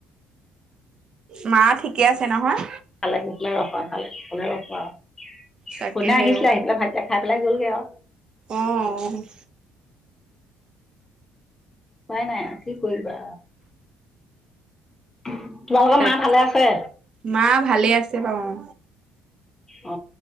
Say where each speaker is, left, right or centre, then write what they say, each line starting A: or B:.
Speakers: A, on the right (about 40°); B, on the left (about 20°).
A: মা ঠিকে আছে নহয়।
B: ভালে কুশলে ৰখোৱা ভালে কুশলে ৰখোৱা আৰু।
A: তাকেহে
B: শুনে আহিছিলে আহি পেলাই ভাতকেইতা খাই পেলাই গল গে আৰু।
A: অহ।
B: উপাই নাই কি কৰিবা। তোমালোকৰ
A: তাক
B: মা ভালে আছে?
A: মা ভালে আছে বাৰু অ।
B: অ